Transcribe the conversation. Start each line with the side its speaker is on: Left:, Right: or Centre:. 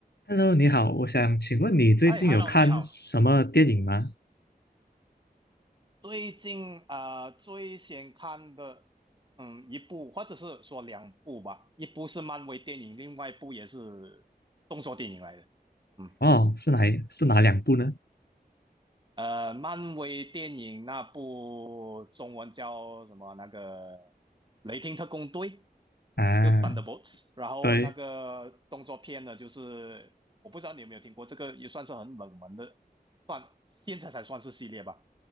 Left: Hello，你好，我想请问你最近有看什么电影吗？
Right: 嗨 h e l l o 你好。最近啊，呃最先看的，嗯，一部或者是说两部吧，一部是漫威电影，另外一部也是动作电影来的。嗯，
Left: 哦，是哪一是哪两部呢？
Right: 呃，漫威电影那部中文叫什么？那个《雷霆特工队》
Left: 啊，
Right: 就 t 的 b o l t s 然后那个动作片呢，
Left: 对
Right: 就是我不知道你有没有听过，这个也算是很冷门的，算现在才算是系列吧。